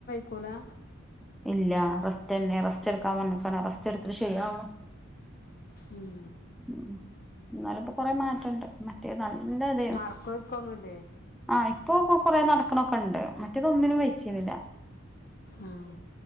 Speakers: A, on the left; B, in the centre.
A: ക്കൂലാ
B: ഇല്ല റസ്റ്റന്നെ റസ്റ്റ് എടുക്കാൻ വന്നിക്കാണ് റസ്റ്റ് എടുത്തിട്ട് ശരിയാവണം
A: ഉം
B: ഉം ന്നാലും ഇപ്പോ കൊറേ മാറ്റണ്ട് മറ്റേത് നല്ല തേയ്ന്നു
A: നടക്കൊരുക്കൊന്നുല്ലേ
B: ആഹ് ഇപ്പൊ കൊറേ നടക്ക്ണൊക്കെണ്ട് മറ്റേതൊന്നിനും വെയ്ച്ചിരുന്നില്ല
A: ഉം